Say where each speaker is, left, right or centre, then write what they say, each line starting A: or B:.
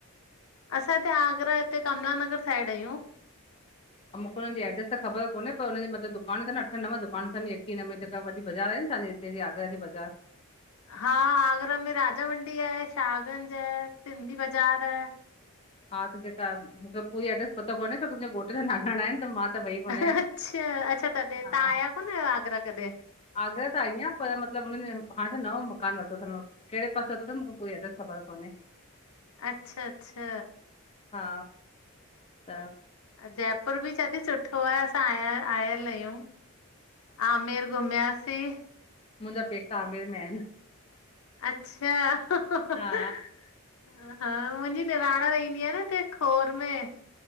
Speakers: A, on the left (about 75°); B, on the left (about 25°).
A: असां हिते आगरा हिते कमला नगर साइड आहियूं।
B: ऐं मुंखे हुननि एडेस त ख़बर कोने पर हुन जीयू मतिलबु दुकान थन, अठ नव दुकान तन यकी हिन में जेका वॾी बाज़ार आहिनि, ना तांजी केजी आगरा जी बज़ार?
A: हा आगरा में राजा मंडी आहे, शाहगंज, सिंधी बाज़ार
B: हा त जेका मुंखे पूरी एड्रेस पतो कोने छोकी, मुहिंजे घोटु जा नानाणा आहिनि त मां त वई कोन
A: अच्छा,
B: आहियां
A: अच्छा तॾहिं
B: हा
A: तां आया कोने आगरा गॾहिं?
B: आगरा त आईंया, पर मतिलबु हुननि हाणे नओं मकान वरितो हाणे केड़े पासे वत्तो तन मुंखे कोई एड्रेस, ख़बर कोने
A: अच्छा, अचछा
B: हा, त
A: जयपुर बि चयदी सुठो आ, असां आया आयल आहियूं। आमेर घुमियासे
B: मुहिंजा पेका आमेर में आहिन।
A: अच्छा खिलण जी
B: हा
A: आवाज़ हा मुहिंजी निराण रहंदी आ, न हिते खोर में